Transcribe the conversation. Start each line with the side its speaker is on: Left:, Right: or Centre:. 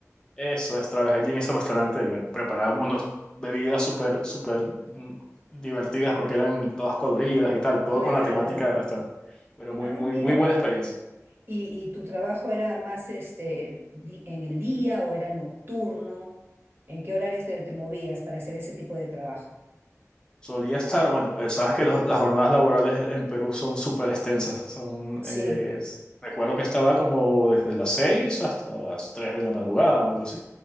Left: Eso es, trabajé allí en ese restaurante y bueno, preparábamos unas bebidas súper, súper mm, divertidas porque eran todas coloridas y tal, todo
Right: Claro.
Left: con la temática del restaurante. Pero muy,
Right: Ah,
Left: muy,
Right: mira.
Left: muy buena experiencia.
Right: ¿Y, y tu trabajo era más este di- en el día o era nocturno? ¿En qué horarios te, te movías para hacer ese tipo de trabajo?
Left: Solía estar, bueno, eh, sabes que los- las jornadas laborales en Perú son súper extensas. Son,
Right: Sí.
Left: eh, s- recuerdo que estaba como desde las 6 hasta las 3 de la madrugada o algo así,